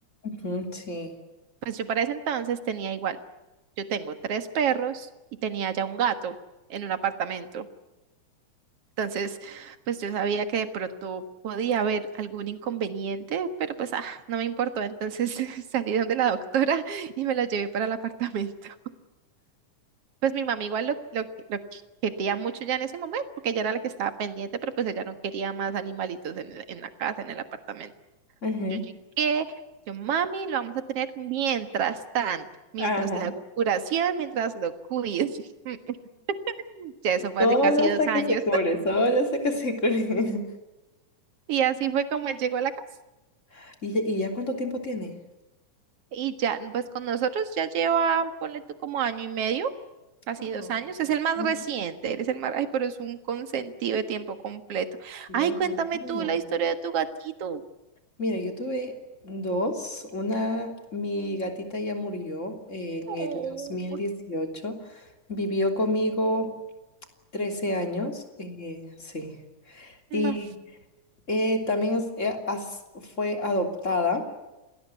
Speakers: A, on the left; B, on the right.
A: Ujú, sí.
B: Pues yo para ese entonces tenía igual, yo tengo tres perros y tenía ya un gato en un apartamento. Entonces, pues yo sabía que de pronto podía haber algún inconveniente, pero pues ah, no me importó. Entonces <laughs> salí donde la doctora y me la llevé para el apartamento. Pues mi mamá igual lo, lo, lo quería mucho ya en ese momento, porque ella era la que estaba pendiente, pero pues ella no quería más animalitos en, el- en la casa, en el apartamento.
A: Ujú.
B: Yo llegué, yo, mami, lo vamos a tener mientras tanto, mientras
A: Ajá.
B: le hago curación, mientras lo cuido. <laughs> Ya eso fue
A: Solo
B: hace casi
A: hasta
B: dos años.
A: que se cure,
B: <laughs>
A: solo hasta que se cure.
B: Y así fue como él llegó a la casa.
A: <laughs> ¿Y, y ya cuánto tiempo tiene?
B: Y ya, pues con nosotros ya lleva, ponle tú como año y medio, casi
A: Ah,
B: dos años. Es el más
A: ujú.
B: reciente, eres el más, ay, pero es un consentido de tiempo completo.
A: Ya
B: Ay,
A: me
B: cuéntame
A: imagino.
B: tú la historia de tu gatito.
A: Mira, yo tuve dos. Una, mi gatita ya murió en
B: Oh,
A: el dos mil dieciocho. Vivió conmigo 13 años. eh, sí. Y
B: no.
A: eh, también es- eh, as- fue adoptada